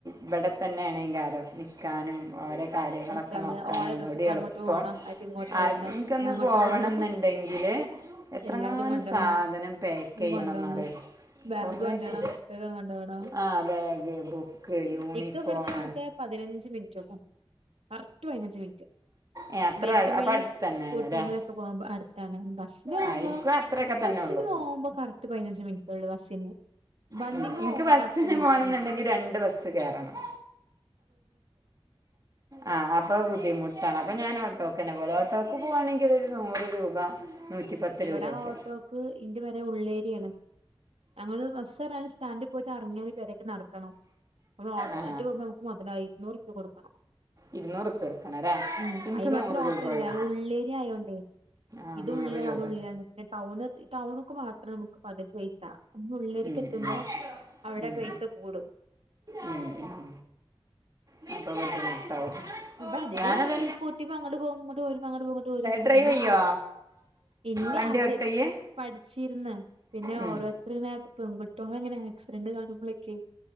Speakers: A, on the right; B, on the right.
A: ഇവിടെ തന്നെയാണെങ്കിൽ കാലം നിൽക്കാനും ഓര കാര്യങ്ങളൊക്കെ
B: മറ്റേ നമ്മള്
A: നോക്കാനും
B: ഓലെ
A: ഒന്നൂടി
B: ഡ്രസ്സ്ട്ട്
A: എളുപ്പം
B: അങ്ങോട്ട് പോണം അയ്റ്റ് ഇങ്ങോട്ട്
A: ആ
B: വരണം ഇത് അങ്ങോട്ട്
A: പോവണംന്ന്
B: പോണം
A: ണ്ടെങ്കില് എത്രമാനം
B: എല്ലാതും കൊണ്ടോണം
A: സാധനം പാക്ക്ചെയ്യണംന്ന്
B: ഇതും കൊണ്ടോണം
A: അറിയോ
B: ബാഗ്
A: കുറേ
B: കൊണ്ടോണം
A: സാ
B: പുസ്തകം കൊണ്ടോണം
A: ആ ബാഗ് ബുക്ക്‌ യൂണിഫോം
B: ഇക്ക് ഇവട്ന്ന് ആകെ പതിനഞ്ച് മിനിറ്റൊള്ളു കറക്റ്റ് പതിനഞ്ച് മിനിറ്റ്
A: ഏഹ് അത്ര
B: ബൈക്കിൻ മേല്
A: അപ്പൊ അടുത്ത് തന്നെയാണ്
B: സ്കൂട്ടിയിൻ
A: ല്ലേ
B: മേല് ഒക്കെ പോകുമ്പോ ബസ്സിന് പോകുമ്പോ
A: ആഹ് എനിക്കും അത്രയൊക്കെ
B: ബസ്സിന്
A: തന്നെ ഉള്ളു
B: പോകുമ്പോ കറക്റ്റ് പതിനഞ്ച് മിനിറ്റ് ഉള്ളു ബസ്സിന് വണ്ടിമേ
A: ഉം. എനിക്ക്
B: പോകുമ്പോ
A: ബസ്സിന്
B: പത്ത് മിനിറ്റ്
A: പോകണമെന്നുണ്ടെങ്കിൽ
B: മതി
A: രണ്ട് ബസ് കയറണം ആ അപ്പൊ ബുദ്ധിമുട്ടാണ് അപ്പൊ ഞാൻ ഓട്ടോക്കനെപോകല് ഓട്ടോക്ക് പോവാണെങ്കിൽ ഒരു നൂറ് രൂപ നൂറ്റിപ്പത്ത്
B: ഇവിടെ
A: രൂപയൊക്കെ
B: ഓട്ടോക്ക് ഇന്റെ പെര ഉള്ളേരിയാണ് ഞങ്ങള് ബസ് എറങ്ങി സ്റ്റാൻഡി പോയിട്ട് ഇറങ്ങിയന് പെരേക്കെ നടക്കണം നമ്മള് ഓട്ടോശക്ക്
A: ആ
B: പോകുമ്പോ നമുക്ക് മൊതലായ് ഇരുന്നൂറുപ്യ കൊടുക്കണം
A: ഇരുന്നൂറ് ഉപ്പ് എടുക്കണം അല്ലേ
B: ഉം
A: എനിക്ക്
B: അയി മാത്ര
A: നൂറ്
B: ഓട്ടം
A: രൂപ
B: ഇല്ല
A: ഉള്ളു
B: ഉള്ളേരിയ ആയോണ്ടേ
A: ആ
B: ഇത്
A: നൂറ്
B: ഉള്ള
A: രൂപ
B: അത് ഉള്ളിലാണ് ടൌൺ ടൗൺക്ക് മാത്രേ മ്മക്ക് പകുതി പൈസാ ഉള്ളേര്ക്ക്
A: ഉം,
B: എത്തുമ്പോ
A: ഉം.
B: അവിടെ
A: ഉം, ഉം.
B: പൈസ കൂടും
A: ഉം, ഉം. <unintelligible>
B: അപ്പൊ അധികം
A: ഞാനത്
B: സ്കൂട്ടിപ അങ്ങോട്ട് പോകും ഇങ്ങോട്ട് പോരും അങ്ങട്ട് പോകി ങ്ങോട്ട് പോരും
A: ഡ്രൈവ്
B: പിന്നെ
A: ചെയ്യോ
B: ഇന്ന
A: വണ്ടി
B: അച്ച
A: ഓട്ടയ്യ്
B: പഠിച്ചിരുന്ന് പിന്നെ
A: ഉം
B: ഓരോരുെതിങ്ങനെ പെ ഇങ്ങനെ ആക്സിഡന്റ് കാണുമ്പോളെക്കെ